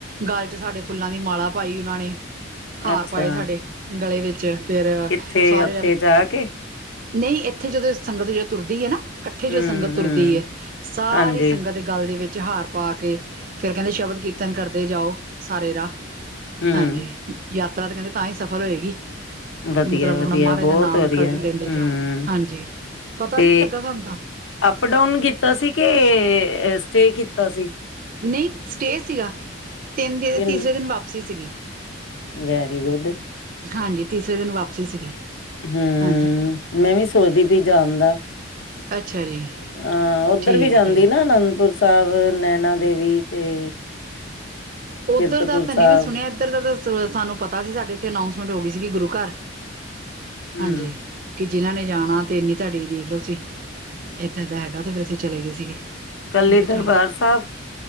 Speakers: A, on the right (about 45°); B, on the left (about 75°).
A: ਗੱਲ ਚ ਸਾਡੇ ਫੁੱਲਾਂ ਦੀ ਮਾਲਾ ਪਾਈ ਉਹਨਾਂ ਨੇ, ਹਾਰ
B: ਅੱਛਾ
A: ਪਾਏ ਸਾਡੇ ਗਲੇ ਵਿੱਚ। ਫੇਰ
B: ਕਿੱਥੇ
A: ਸਾਰੇ,
B: ਉੱਥੇ ਜਾ ਕੇ
A: ਨਈ ਇੱਥੇ ਜਦੋਂ ਸੰਗਤ ਜਦੋਂ ਤੁਰਦੀ ਐ ਨਾ ਇੱਥੇ
B: ਹੂੰ-ਹੂੰ
A: ਜੋ ਸੰਗਤ ਤੁਰਦੀ ਐ, ਸਾਰੀ
B: ਹਾਂਜੀ
A: ਸੰਗਤ ਗੱਲ ਦੇ ਵਿੱਚ ਹਾਰ ਪਾ ਕੇ, ਫੇਰ ਕੈਹੰਦੇ ਸ਼ਬਦ ਕੀਰਤਨ ਕਰਦੇ ਜਾਓ ਸਾਰੇ ਰਾਹ
B: ਹੂੰ
A: ਹਾਂਜੀ, ਯਾਤਰਾ ਤੇ ਕੈਹੰਦੇ ਤਾਂ ਈ ਸਫਲ ਹੋਏਗੀ।
B: ਵਧੀਆ-ਵਧੀਆ
A: ਮਤਲਬ ਆਪਣਾ ਮਹਾਰਾਜ
B: ਬਹੁਤ
A: ਦਾ ਨਾਮ
B: ਵਧੀਆ
A: ਕਰ ਲੈਂਦੇ
B: ਹੂੰ
A: ਜਾਓ। ਹਾਂਜੀ ਪਤਾ
B: ਤੇ
A: ਵੀ ਨੀ ਲੱਗਾ ਤੁਹਾਨੂੰ ਤਾਂ
B: ਅਪ ਡਾਊਨ ਕੀਤਾ ਸੀ ਕਿ ਸਟੇ ਕੀਤਾ ਸੀ
A: ਨਹੀਂ ਸਟੇ ਸੀਗਾ, ਤਿੰਨ ਦਿਨ
B: ਕਿਨ
A: ਤੀਸਰੇ ਦਿਨ ਵਾਪਸੀ ਸੀਗੀ
B: ਵੈਰੀ ਗੁਡ
A: ਹਾਂਜੀ ਤੀਸਰੇ ਦਿਨ ਵਾਪਸੀ ਸੀਗੀ
B: ਹੂੰ,
A: ਹਾਂਜੀ
B: ਮੈਂਵੀ ਸੋਚਦੀ ਪਈ ਜਾਣ ਦਾ
A: ਅੱਛਾ ਜੀ
B: ਹਾਂ ਉੱਧਰ
A: ਠੀਕ
B: ਵੀ ਜਾਂਦੀ
A: ਹੈ ਜੀ
B: ਨਾ ਅਨੰਦਪੁਰ ਸਾਹਿਬ, ਨੈਨਾ ਦੇਵੀ ਤੇ
A: ਉਧਰ
B: ਕੀਰਤਪੁਰ
A: ਦਾ ਤਾਂ
B: ਸਾਹਿਬ
A: ਨਹੀਂ ਮੈਂ ਸੁਣਿਆ ਇੱਧਰ ਦਾ ਸਾਨੂੰ ਪਤਾ ਸੀ ਸਾਡੇ ਇੱਥੇ ਅਨਾਊਸਮੈਂਟ ਹੋ ਗਈ ਸੀਗੀ ਗੁਰੂ ਘਰ,
B: ਹੂੰ,
A: ਹਾਂਜੀ ਜਿਹਨਾਂ ਨੇ ਜਾਣਾ ਤੇ ਇੰਨੀ ਤੁਹਾਡੀ ਦੇਖ ਲਓ ਤੁਸੀਂ ਇਦਾਂ ਦਾ ਹੈਗਾ ਤਾਂ ਫਿਰ ਅਸੀਂ ਚਲੇ ਗਏ ਸੀਗੇ
B: ਕੱਲੀ
A: ਮੈਂ ਕਿਹਾ ਚਲੋ,
B: ਦਰਬਾਰ ਸਾਹਿਬ